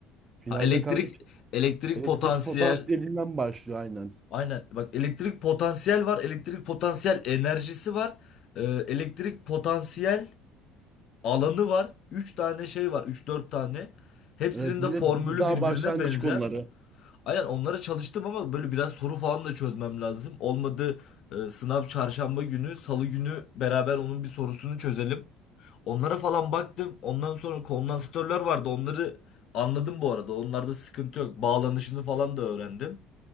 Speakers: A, on the right; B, on the left.
A: Finalle
B: Ha elektrik
A: kanka
B: elektrik
A: elektrik
B: potansiyel.
A: potansiyelinden başlıyor aynen.
B: Aynen bak elektrik potansiyel var, elektrik potansiyel enerjisi var. e, elektrik potansiyel alanı var. üç tane şey var, üç dört tane. Hepsinin
A: Evet ve
B: de formülü
A: bu daha
B: birbirine
A: başlangıç
B: benzer.
A: konuları.
B: Aynen onlara çalıştım ama böyle biraz soru falan da çözmem lazım. Olmadı e, sınav çarşamba günü, salı günü beraber onun bir sorusunu çözelim. Onlara falan baktım. Ondan sonra kondansatörler vardı. Onları anladım bu arada. Onlarda sıkıntı yok. Bağlanışını falan da öğrendim.